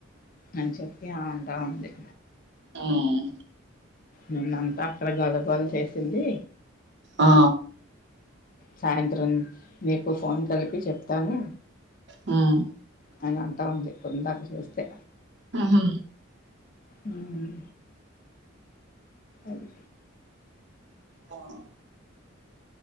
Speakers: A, on the left; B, on the right.
A: అని చెప్పి అంటా ఉంది.
B: హ్మ్.
A: నిన్నంతా అక్కడ గోలగోల చేసింది.
B: ఆ.
A: సాయంత్రం మీకు ఫోన్ కలిపి చెప్తాను.
B: హ్మ్.
A: అన్ని అంటా ఉంది ఇందాక చేస్తే.
B: మ్మ్
A: మ్మ్ హ్మ్ అదే.
B: హ్మ్.